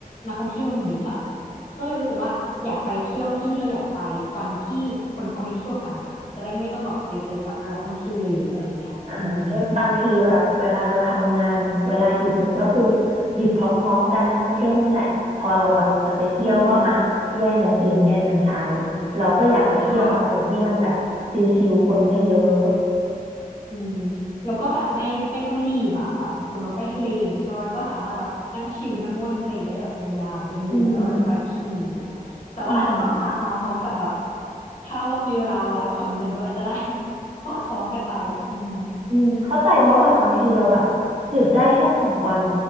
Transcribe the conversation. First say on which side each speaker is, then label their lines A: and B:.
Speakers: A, on the left; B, on the right.
A: นักท่องเที่ยวมันเยอะอะก็เลยรู้สึกว่าอยากไปเที่ยวที่ที่เราอยากไปวันที่คนเขาไม่เที่ยวกันอะจะได้ไม่ต้องแบบไปเจอกับนักท่องเที่ยวเยอะๆอะไรเงี้ยอืม
B: ะ อ่าด้วยบางทีแบบเวลาเราทำงานเวลาหยุดมันก็คือหยุดพร้อมๆกันทั้งประเทศนั่นแหละพอเราแบบจะไปเที่ยวก็อ่ะแย่งกันกินแย่งกันใช้
A: อืม
B: เราก็อยากไปเที่ยวอะไรที่มันแบบชิลๆคนไม่เยอะ
A: ใช่ อืมแล้วก็แบบไม่ไม่ต้องรีบอะแบบสมมติว่าไปทะเลอย่างเงี้ยใช่ป่ะก็สามารถแบบนั่งชิลนั่งโง่วริมทะเลได้แบบยาวๆจนเบื่อแล้วก็เดี๋ยวไปอีกที่หนึ่งอะไรเงี้ยแต่ว่าอาจจะต้องตามมาพร้อมกับแบบ
B: อืมอืม
A: ถ้ามีเวลาแล้วขอมีเงินด้วยจะได้ <laughs> สอดคล้องกันไปอืม
B: อืมเข้าใจเพราะแบบบางทีเราแบบหยุดได้แค่สองวัน